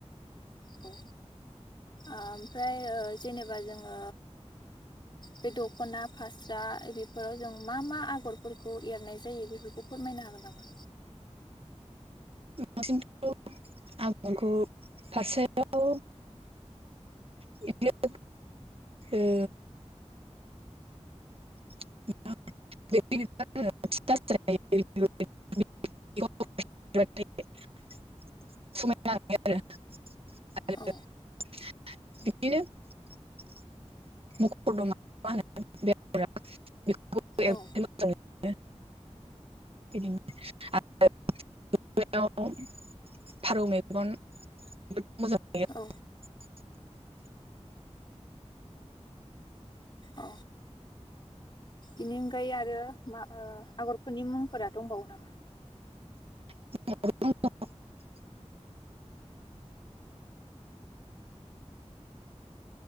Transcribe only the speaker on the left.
औ ओ ओमफ्राय ओ जेनेबा जोङो बे दख'ना फास्रा बे बेफोराव जों मा मा आगरफोरखौ एरनाय जायो बेफोरखौ फोरमायनो हागोन नामा?
औ
औ औ औ बेनि अनगायै आरो मा ओ आगरफोरनि मुंफोरा दंबावो नामा?